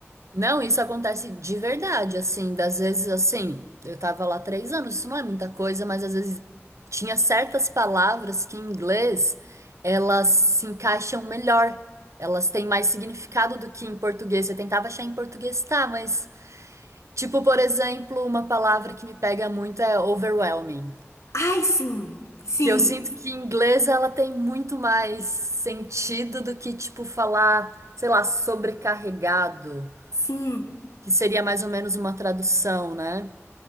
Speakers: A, on the right (about 85°); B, on the left (about 85°).
A: Não, isso acontece de verdade, assim, das vezes assim, eu tava lá três anos, isso não é muita coisa, mas às vezes tinha certas palavras que em inglês elas se encaixam melhor, elas têm mais significado do que em português. Eu tentava achar em português, tá, mas tipo, por exemplo, uma palavra que me pega muito é overwhelming,
B: Ai, sim, sim,
A: que eu sinto que em inglês ela tem muito mais sentido do que tipo falar, sei lá, sobrecarregado.
B: sim.
A: Que seria mais ou menos uma tradução, né?